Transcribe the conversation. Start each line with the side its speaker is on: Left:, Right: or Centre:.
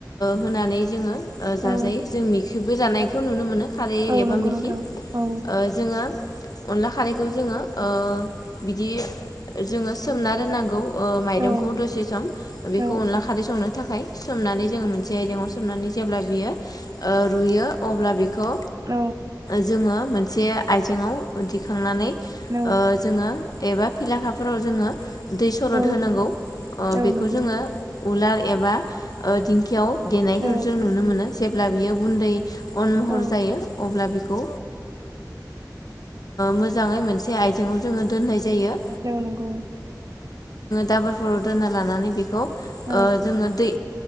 Left: होनानै जोङो जाजायो
Right: औ
Left: जों मिखबो जानायखौ नुनो मोनो खारै
Right: औ
Left: एबा
Right: नंगौ
Left: मिखि
Right: नोंथां औ
Left: जोङो अनला खारैखौ जोङो बिदि जोङो सोमना दोननांगौ। माइरंखौ
Right: औ
Left: दसे सम बेखौ
Right: औ
Left: अनला खारै संनो थाखाय सोमनानै जोङो मोन सोमनानै जेब्ला बियो रुयो अब्ला बेखौ
Right: औ
Left: जोङो मोनसे आइजेंआव दिखांनानै
Right: औ
Left: जोङो एबा लेखाफोराव जोङो दै सरद
Right: औ
Left: होनांगौ
Right: औ
Left: बेखौ
Right: नंगौ
Left: जोङो उलार एबा दिंखियाव देनायखौ
Right: औ
Left: जों नुनो मोनो जेब्ला बियो गुन्दै अन महर
Right: औ
Left: जायो अब्ला बेखौ मोजाङै मोनसे आइजेंआव जोङो दानाय ज
Right: औ नंगौ
Left: दाबोराव ल बेखौ
Right: औ
Left: जोंङो दै